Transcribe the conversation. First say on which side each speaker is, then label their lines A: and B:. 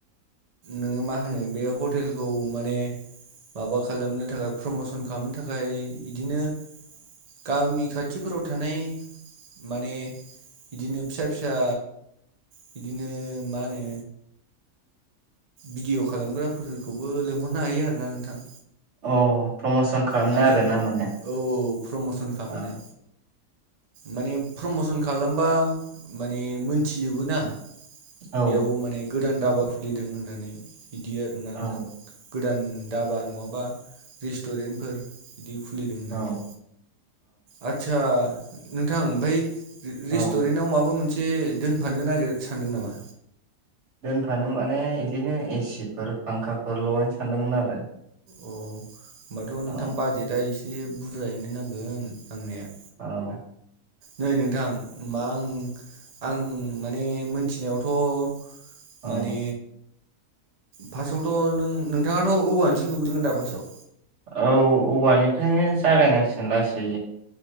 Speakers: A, on the right; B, on the right.
A: नोङो मा होनो बे हटेलखौ माने माबा खालामनो थाखाय प्रमसन खालामनो थाखाय इदिनो गामि खाथि खाथिफोराव थानाय माने बिदिनो फिसा फिसा बिदिनो मा होनो भिडिय' खालामग्राफोरखौबो लिंहरनो हायो आरोना नोंथां
B: अ प्रमसन खालामनो
A: माने
B: आरोना माने
A: औ औ प्रमसन खालामनो
B: औ
A: माने प्रमसन खा खालामबा माने मोनथिजोबो ना
B: औ
A: बेयाव माने गोदान दधाबाखौ खुलिदों होननानै बिदि आरो ना
B: औ
A: नोंथां गोदान धाबा नङाबा रेस्टुरेन्टफोर बिदि खुलिदों होननानै
B: औ
A: आदसा नोंथां ओमफ्राय
B: औ
A: रेस्टुरेन्ट आव माबा मोनसे एसे दोनफानो नागिर सानदों नामा
B: दोनफानो माने बिदिनो एसिफोर फांखाफोर लगायनो सानदोंमोन आरो
A: अ होमबाथ' नोंथां
B: औ
A: बाजेटआ एसे बुरजायैनो नांगोन नांनाया
B: औ
A: नै नोंथां होमबा आं आं माने मोनथिनायावथ'
B: औ
A: माने फार्स्टआवथ' नों नोंथाङाथ' औवानोसो लुग्रोगोन दा फार्स्टआव
B: औ औवानिफ्रायनो जागायनांसिगोन लासै